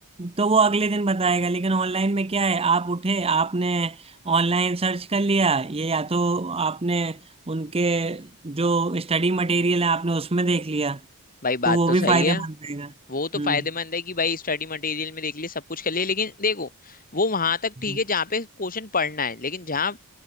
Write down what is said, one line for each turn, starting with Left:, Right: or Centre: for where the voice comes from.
Right: तो वो अगले दिन बताएगा लेकिन ऑनलाइन में क्या है आप उठे आपने ऑनलाइन सर्च कर लिया ये या तो आपने उनके जो स्टडी मटेरियल है आपने उसमें देख लिया
Left: भाई बात
Right: तो वो
Left: तो
Right: भी
Left: सही
Right: फायदेमंद
Left: है
Right: रहेगा
Left: वो तो
Right: हम्म
Left: फायदेमंद है कि भाई स्टडी मटेरियल में देख लिए सब कुछ कर लिए लेकिन देखो वो वहां तक
Right: हम्म,
Left: ठीक है जहाँ पे क्वेश्चन पढ़ना है लेकिन जहाँ